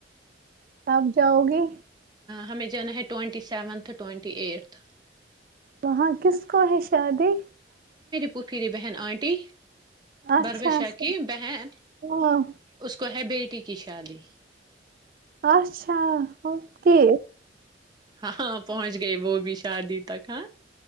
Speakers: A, on the right; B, on the right.
A: کب جاؤ گی
B: ہمیں جانا ہے ٹوئونٹی سیونتھ ٹوئٹی ایٹتھ
A: وہاں کس کو ہے شادی
B: پ پری بہن آنٹی
A: اچھا
B: بر بشاہ
A: اچھا
B: کی بہن
A: ہاں
B: اس کو ہے بیٹی ٹی کی شادی
A: اچھا کی
B: ہاںاں پہنچ گئے وہ بھی شادی تکا